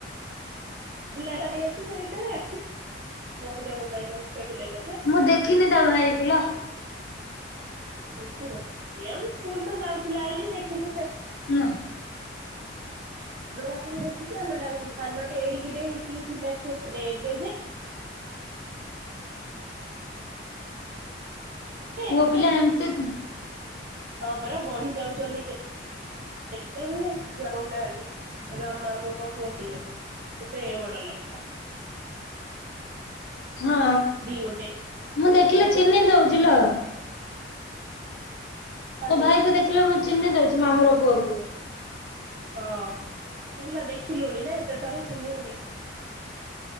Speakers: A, on the right; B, on the left.
A: <unintelligible> <inaudible> ଅଛି ସେ ଭିତରେ ବସିଲେ ମୋବାଇଲରେ ଖେଳଥିଲେ ବ
B: ମୁଁ ଦେଖିନି ତା ଭାଇ କୁ ଲ
A: ଦେଖିଲୁ, ଏଇ ଆମ ସ୍କୁଲ ତ ଯାଉଥିଲା ବୋଲି ଦେଖିଛୁ ସେ
B: ହଁ
A: ସେଡାକୁ ବି ଦେଖି ସାନଟାକୁ ସାନଟେ ଏଡିକି ହେଇକି ଥିଲା ଛୋଟେ ଏବେ ଯେ ଯେ
B: ପୁଅ
A: ଏତେ
B: ପିଲା ଏମିତି
A: ହଁ ପରା ବଢି ଯାଉଛନ୍ତି କେତେବେଳେ ଯଣାପଡୁନାହାନ୍ତି। ଏବେ ଆମ ମାମୁଙ୍କ ପୁଅ ସୋନୁ ସେତେ ଇଏ ବଡ଼ ନ ପା
B: ହଁ
A: ଗୋଟେ
B: ମୁଁ ଦେଖିଲି
A: ସବୁ
B: ଚିନି ଦଉଛି ଲୋ
A: ଆଗୁ
B: ତୋ ଭାଇକୁ ଦେଖିଲେ ମୁ ଚିହ୍ନି ଦଉଛି ମାମୁଁର ପୁଅକୁ
A: ହଁ ହେଲା ଦେଖିଲୁଣି ନା ଏତେ ଥର ଚିହ୍ନି ହଉନି।